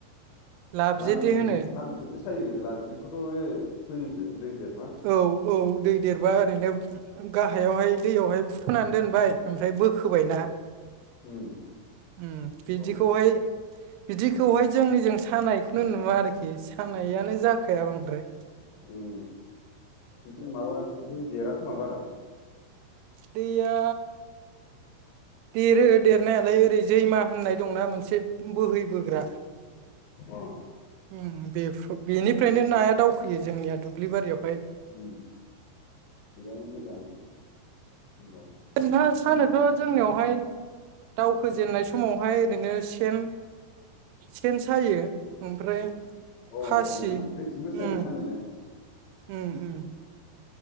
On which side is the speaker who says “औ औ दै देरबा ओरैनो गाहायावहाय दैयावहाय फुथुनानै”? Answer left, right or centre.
Right